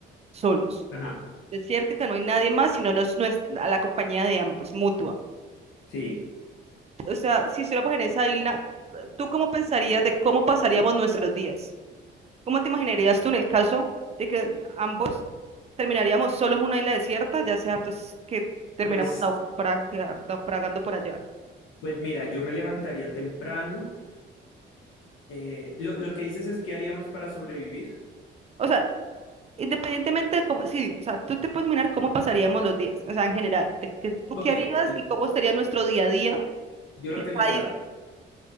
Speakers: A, on the right; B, on the left.
A: solos.
B: ajá,
A: desierto que no hay nadie más, sino nos, nues- a la compañía de ambos, mutua.
B: sí,
A: O sea, si estuviéramos en esa isla, ¿tú cómo pensarías de cómo pasaríamos nuestros días? ¿Cómo te imaginarías tú en el caso de que ambos terminaríamos solos en una isla desierta, ya sea pues que terminamos
B: pues,
A: naufragia- naufragando por allá?
B: pues mira, yo me levantaría temprano. Eh, lo, lo que dices es qué haríamos para sobrevivir.
A: O sea, independientemente de cómo, sí, o sea, tú te puedes mirar cómo pasaríamos los días, o sea, en general, de que tú
B: Ok,
A: qué harías
B: listo.
A: y cómo sería nuestro día a día
B: Yo
A: en
B: lo tengo
A: esa
B: claro,
A: isla.